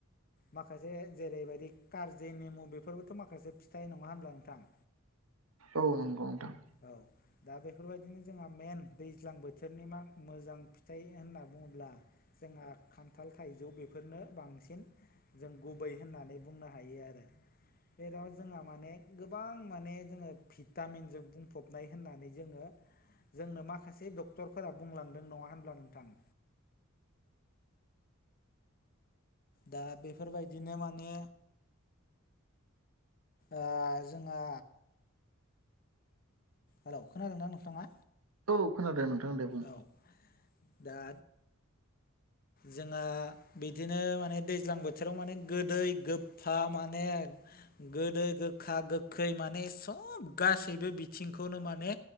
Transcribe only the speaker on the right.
औ नोंगौ नोंथां।
औ खोनादों नोंथां दे। बुं